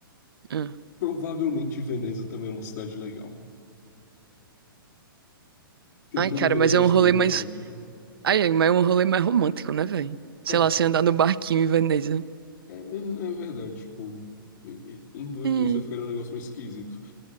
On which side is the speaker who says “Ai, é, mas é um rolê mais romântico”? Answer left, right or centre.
Right